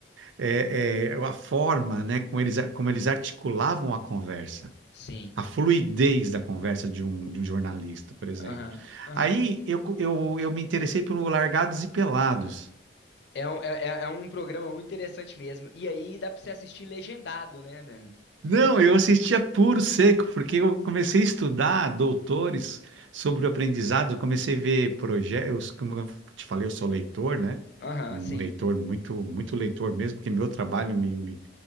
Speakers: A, on the right; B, on the left.
A: é, é, a forma, né, como eles, como eles articulavam a conversa,
B: sim.
A: a fluidez da conversa de um, de um jornalista, por exemplo.
B: Aham, aham.
A: Aí eu, co- eu, eu me interessei pelo Largados e Pelados.
B: É um, é, é é um programa muito interessante mesmo. E aí dá pra você assistir legendado, né, velho?
A: Não, eu assistia puro seco, porque eu comecei a estudar doutores sobre o aprendizado, eu comecei a ver projetos, como eu te falei, eu sou leitor, né?
B: Aham,
A: Um
B: sim.
A: leitor muito, muito leitor mesmo, porque meu trabalho me, me,